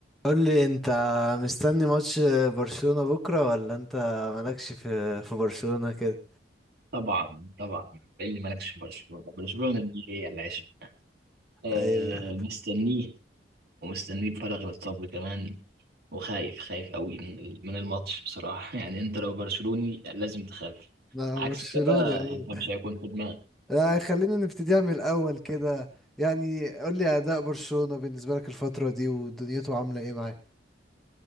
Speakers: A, in the centre; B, on the right.
A: قول لي انت مستني ماتش برشلونة بكرة ولا انت مالكش في في برشلونة كده
B: طبعا طبعا إيه اللي مالكش في برشلونة برشلونة دي هي العشق آه
A: ايوه
B: مستنيه ومستنيه بفارغ الصبر كمان وخايف خايف قوي من من الماتش بصراحة <laughs> يعني انت لو برشلوني لازم تخاف
A: لا
B: عكس
A: برشلوني
B: كده
A: ايوه
B: فمش هيكون في دماغك
A: لا خلينا نبتديها من الاول كده يعني قول لي اداء برشلونة بالنسبه لك الفتره دي ودنيته عامله ايه معاه